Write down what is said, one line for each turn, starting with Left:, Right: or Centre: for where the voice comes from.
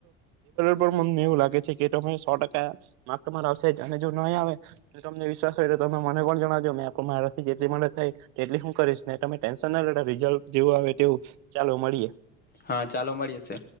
Right: પણ મમને એવું લાગે છે કે તરે સો ટકા માર્ક તમાર આવશે જ અને જો નહીં આવે તમને વિશ્વાસ હોય તો તમે મને પણ જણાવજો મે આપ મારાથી જેટલી મળે થાય તેટલી શું કરીશ ને તમે ટેન્શન ના લે રિઝલ્ટ જેવું આવે તેવું ચાલો મળીએ
Left: હા ચાલો મળી હશે